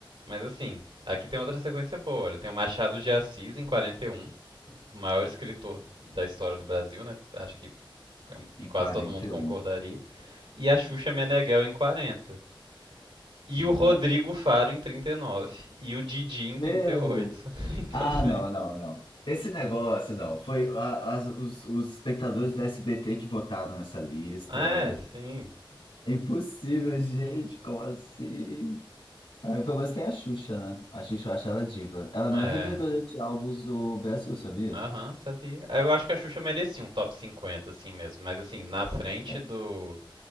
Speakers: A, on the right (about 80°); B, on the left (about 80°).
A: Mas assim, aqui tem outra sequência boa. Olha, Tem o Machado de Assis em 41, o maior escritor da história do Brasil, né? Acho que
B: E
A: quase
B: quarenta
A: todo mundo
B: e
A: concordaria.
B: um,
A: E a Xuxa Meneghel em 40. E
B: Diva.
A: o Rodrigo Faro em 39. E nove. E o Didi em
B: Meu!
A: 38. <laughs> Então,
B: Ah,
A: assim.
B: não, não, não. Esse negócio, não. Foi a- as- os, os espectadores do SBT que votaram nessa lista.
A: É, sim.
B: É impossível, gente. Como assim? Ah, pelo menos tem a Xuxa, né? A Xuxa eu acho ela diva. Ela é a
A: É.
B: maior vendedora de álbuns do Brasil, sabia?
A: Aham, uhum, sabia. Eu acho que a Xuxa merecia um top 50, assim mesmo. Mas, assim, na frente
B: É,
A: do,